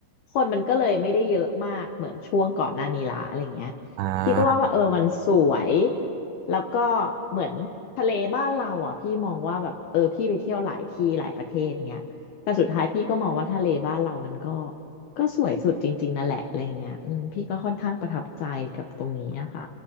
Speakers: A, on the left; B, on the right.
A: คนมันก็เลยไม่ได้เยอะมากเหมือนช่วงก่อนหน้านี้ละอะไรเงี้ย
B: อ่า
A: พี่ก็ว่าว่าเออมันสวยแล้วก็เหมือนทะเลบ้านเราอ่ะพี่มองว่าแบบเออพี่ไปเที่ยวหลายที่หลายประเทศเงี้ยแต่สุดท้ายพี่ก็มองว่าทะเลบ้านเรามันก็ก็สวยสุดจริงๆนั่นแหละอะไรอย่างเงี้ยอืมพี่ก็ค่อนข้างประทับใจกับตรงนี้นะคะ